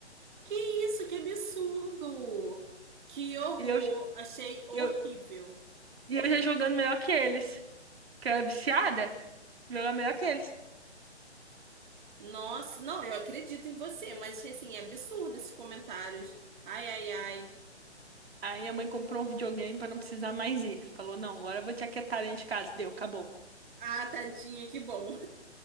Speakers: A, on the right; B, on the right.
A: Que isso, que absurdo! Que horror!
B: E eu,
A: Achei horrível.
B: eu, e eu já jogando melhor que eles. Que eu era viciada, jogava melhor que eles.
A: Nossa, não, eu acredito em você, mas achei assim, absurdo esses comentários. Ai, ai, ai.
B: Aí minha mãe comprou um videogame pra não precisar mais ir. Falou, não, agora eu vou te aquietar dentro de casa. Deu, acabou.
A: Ah, tadinha, que bom. <laughs>